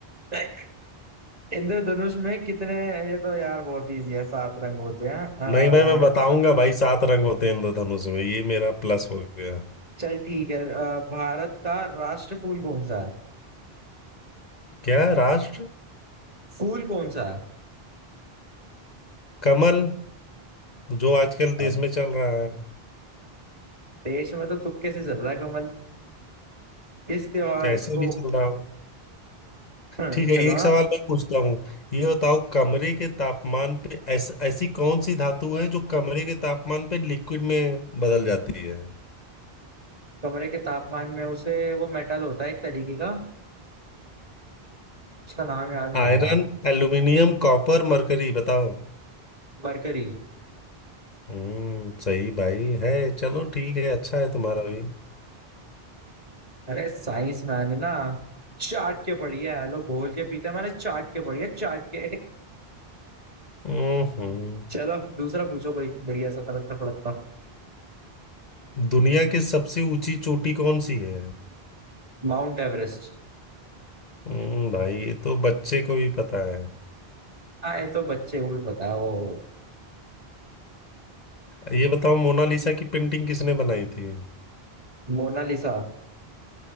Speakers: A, on the right; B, on the left.
A: <laughs> इंद्रधनुष में कितने ये तो यार बहुत इजी है सात रंग होते हैं अ,
B: नहीं मैं मैं बताऊंगा भाई सात रंग होते हैं इंद्रधनुष में ये मेरा प्लस हो गया
A: चल ठीक है अ, भारत का राष्ट्र फूल कौन सा है
B: क्या राष्ट्र
A: फूल कौन सा है
B: कमल जो आजकल
A: अ,
B: देश में चल रहा है
A: देश में तो तुक्के से चल रहा है कमल इस त्योहार
B: कैसे
A: को
B: भी चल रहा हो
A: <clears throat> <laughs>
B: ठीक है
A: चलो हाँ,
B: एक सवाल मैं पूछता हूँ ये बताओ कमरे के तापमान पे ऐस, ऐसी कौन सी धातु है जो कमरे के तापमान पे लिक्विड में बदल जाती है
A: कमरे के तापमान में उसे वो मेटल होता है एक तरीके का उसका नाम याद नहीं
B: आयरन
A: आ रहा
B: एल्यूमिनियम कॉपर मरकरी बताओ
A: मरकरी
B: हम्म सही भाई है चलो ठीक है अच्छा है तुम्हारा भी
A: अरे साइंस मैंने ना चाट के पढ़ी है लोग घोल के पीते हैं मैंने चाट के पढ़ी है चाट के
B: हम्म हम्म।
A: चलो दूसरा पूछो कोई बढ़िया सा तड़कता फड़कता
B: दुनिया की सबसे ऊंची चोटी कौन सी है
A: Mount Everest
B: हम्म भाई ये तो बच्चे को भी पता है
A: हाँ ये तो बच्चे को भी पता है वो
B: ये बताओ मोनालिसा की पेंटिंग किसने बनाई थी
A: मोनालिसा